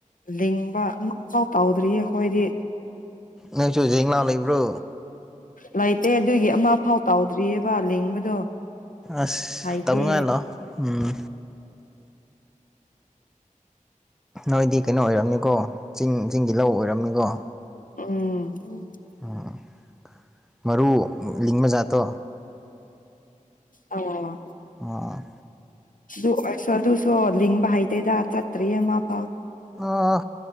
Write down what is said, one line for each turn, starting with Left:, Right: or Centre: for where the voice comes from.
Left: ꯂꯤꯡꯕ ꯑꯃꯐꯥꯎ ꯇꯧꯗ꯭ꯔꯤꯌꯦ ꯑꯩꯈꯣꯏꯗꯤ
Centre: ꯅꯣꯏꯁꯨ ꯖꯤꯡ ꯂꯧ ꯂꯩꯕ꯭ꯔꯣ
Left: ꯂꯩꯇꯦ ꯑꯗꯨꯒꯤ ꯑꯃ ꯐꯥꯎ ꯇꯧꯗ꯭ꯔꯤꯌꯦꯕ ꯂꯤꯡꯕꯗꯣ
Centre: ꯑꯁ
Left: ꯍꯩꯇꯦ
Centre: ꯇꯥꯝꯅꯉꯥꯏ ꯂꯥꯛꯑꯣ ꯎꯝ ꯅꯣꯏꯗꯤ ꯀꯩꯅꯣ ꯑꯣꯏꯔꯝꯅꯤꯀꯣ ꯆꯤꯡ ꯆꯤꯡꯒꯤ ꯂꯧ ꯑꯣꯏꯔꯝꯅꯤꯀꯣ
Left: ꯎꯝ
Centre: ꯎꯝ ꯃꯔꯨ ꯂꯤꯡꯕꯖꯥꯠꯇꯣ
Left: ꯑꯧ
Centre: ꯑꯣ
Left: ꯑꯗꯨ ꯑꯣꯏꯁꯨ ꯑꯗꯨꯁꯣ ꯂꯤꯡꯕ ꯍꯩꯇꯦꯗ ꯆꯠꯇꯔꯤꯌꯦ ꯑꯃ ꯐꯥꯎ
Centre: ꯑꯣ